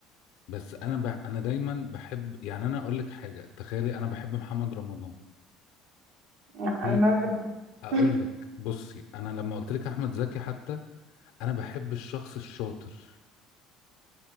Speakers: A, on the left; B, on the right.
A: بس انا ب... انا دايما بحب يعني انا اقول لك حاجه تخيلي انا بحب محمد رمضان
B: لا
A: ليه؟
B: انا ما بحبوش
A: اقول
B: <laughs>
A: لك بصي انا لما قلت لك احمد زكي حتى انا بحب الشخص الشاطر